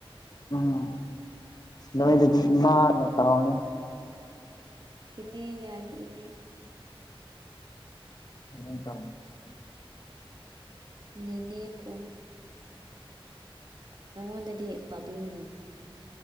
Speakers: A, on the left (about 45°); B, on the right (about 45°).
A: ꯎꯝ ꯅ ꯃꯥ ꯀꯅꯦ
B: ꯏꯅꯦ ꯌꯥꯅꯤ ꯏꯅꯦ
A: ꯍ ꯇ
B: ꯅꯅꯦꯦ ꯐ ꯅꯉꯣꯟꯗꯗꯤ ꯄꯥꯕꯨꯡ